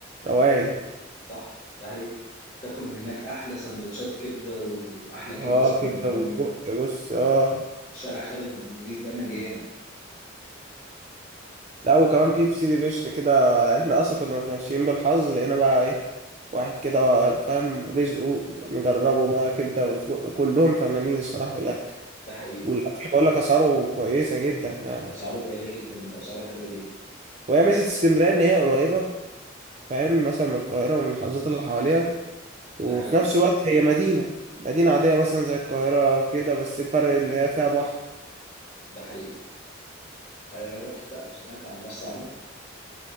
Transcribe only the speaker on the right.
روقان
اه
كبدة وسجق بص اه
لا وكمان في في سيدي بشت كده يعني احنا اصلا كنا متمشيين بالحظ لقينا بقى ايه واحد كده فاهم رزقه نجربه بقى كبده وسجق كلهم فنانين الصراحه في الاكل
والاكل بقول لك اسعاره كويسه جدا يعني
وهي ميزه اسكندريه ان هي قريبه فاهم مثلا من القاهره ومن الحظات اللي حواليها وفي
نفس الوقت هي مدينه مدينه عاديه مثلا زي القاهره كده بس الفرق اللي هي فيها بحر